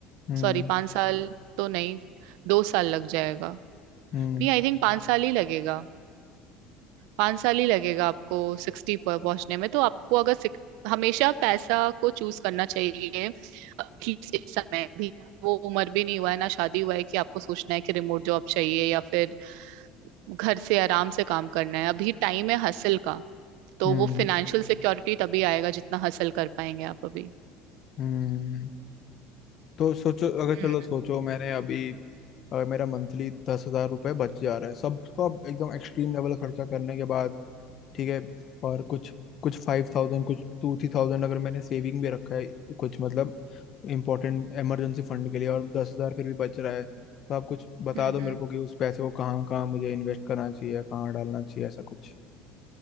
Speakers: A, on the left; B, on the right.
A: हम्म
B: सॉरी पाँच साल तो नहीं दो साल लग जाएगा
A: हम्म
B: नहीं आई थिंक पाँच साल ही लगेगा पाँच साल ही लगेगा आपको सिक्सटी पर पहुंचने में तो आपको अगर सिक- हमेशा पैसा को चूज करना चाहिए एटलीस्ट इस समय भी वो उम्र भी नहीं हुआ है ना शादी हुआ है कि आपको सोचना है कि रिमोट जॉब चाहिए या फिर घर से आराम से काम करना है अभी टाइम है हसल का तो
A: हम्म
B: वो फिनेंशियल सिक्योरिटी तभी आएगा जितना हसल कर पाएंगे आप अभी
A: हम्म। तो सोचो अगर
B: हम्म
A: चलो सोचो मैंने अभी अ, मेरा मंथली दस हजार रुपये बच जा रहा है सब सब एकदम एक्सट्रीम लेवल खर्चा करने के बाद ठीक है और कुछ कुछ फाइव थाउजेंड कुछ टू थ्री थाउजेंड अगर मैंने सेविंग भी रखा है कुछ मतलब इम्पोर्टेंट इमरजेंसी फंड के लिए और दस हजार फिर भी बच रहा है तो आप कुछ बता
B: हम्म
A: दो मेरे
B: हम्म
A: को कि उस पैसे को कहाँ कहाँ मुझे इन्वेस्ट करना चाहिए या कहाँ डालना चाहिए ऐसा कुछ